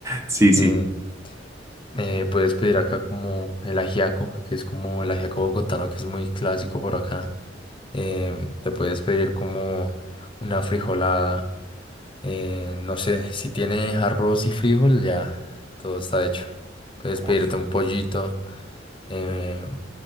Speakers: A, on the right; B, on the left.
A: Sí, sí.
B: Eh, eh, puedes pedir acá como el ajiaco, que es como el ajiaco bogotano, que es muy clásico por acá. Eh, te puedes pedir como una frijolada. eh, no sé, si tienes arroz y frijol, ya todo está hecho. Puedes pedirte
A: Uy.
B: un pollito. eh,